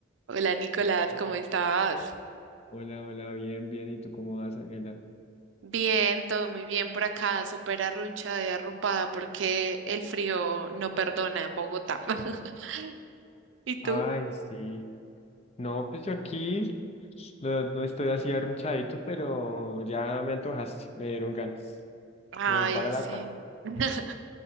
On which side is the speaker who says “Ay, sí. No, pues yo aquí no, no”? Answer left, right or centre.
Left